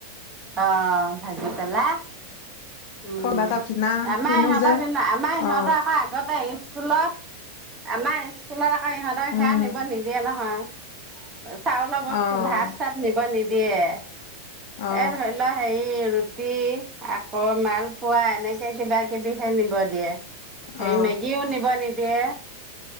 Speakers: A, on the right; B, on the left.
A: অ ভাজি পেলাই উম
B: আকৌ কিবা এটা কিনা
A: আমাৰ
B: কিনো
A: সিহঁতৰ
B: যে
A: দি আমাৰ সিহঁতৰ
B: অ
A: আকৌ আগতে আহ স্কুলত আমাৰ স্কুলত ইহঁতক
B: উম
A: সেয়া নিব নিদিয়ে নহয়। চাউল বস্ত
B: অ
A: ভাত নিব নিদিয়ে,
B: অ
A: এ ধৰি লোৱা হেৰি, আকৌ মালপোৱা এনেকে কিবা কিবিহে নিব দিয়ে। সেই
B: অ
A: মেগি ও নিব নিদিয়ে